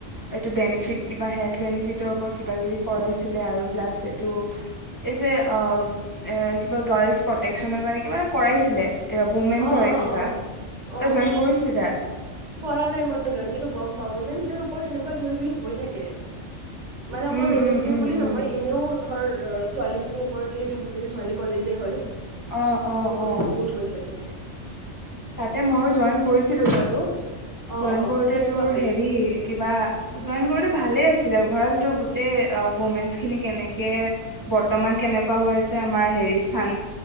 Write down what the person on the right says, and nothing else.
অ',
অ',
অ', অ',
কৰা নাই মই জইন কিন্তু গম পাওঁ হিউমেন ডে পৰত এনেকুৱা কিবা কিবি হৈ থাকে। মানে অকল
উমেন
ডে
বুলি
নহয় এনেও। ৰ ছোৱালী খিনিৰ ওপৰত যিহেতু গোটেই ছোৱালী কলেজে হয়।
এইখিনি
বস্তু বহুত হৈ থাকে।
অ',
অ',
কেনেকুৱা
হ'ল